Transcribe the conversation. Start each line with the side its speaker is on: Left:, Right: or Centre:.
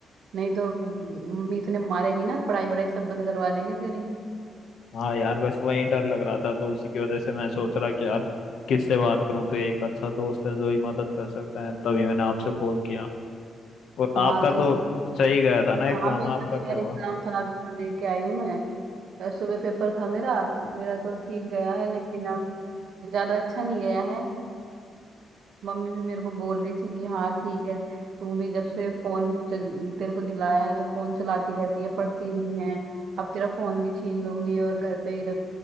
Right: नहीं तो मीत ने मारेगी ना पढ़ाई वढ़ाई सब बंद करवा देगी तेरी
Left: हाँ यार बस वही डर लग रहा था तो उसी की वजह से मैं सोच रहा कि यार किससे बात करूं तो एक अच्छा दोस्त है जो ही मदद कर सकता है तभी मैंने आपसे कॉल किया और आपका
Right: हाँ
Left: तो
Right: तो इसलिए
Left: सही गया था ना एग्जाम
Right: हाँ मेरा
Left: आपका
Right: भी
Left: क्या
Right: यार
Left: हुआ
Right: एग्जाम था अभी तो दे के आई हूँ मैं अ, सुबह पेपर था मेरा मेरा तो ठीक गया है लेकिन अब ज्यादा अच्छा नहीं गया है मम्मी भी मेरे को बोल रही थी कि हाँ ठीक है तू भी जब से फोन तेरे को दिलाया है तो फोन चलाती रहती है पढ़ती नहीं है अब तेरा फोन भी छीन लूंगी और घर पे ही रख